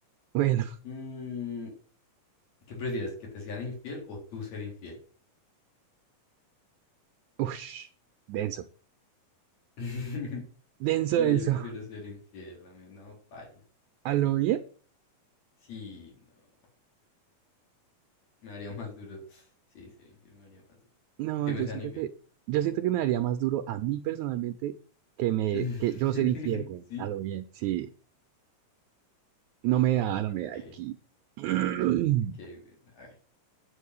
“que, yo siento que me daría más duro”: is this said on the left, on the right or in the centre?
Right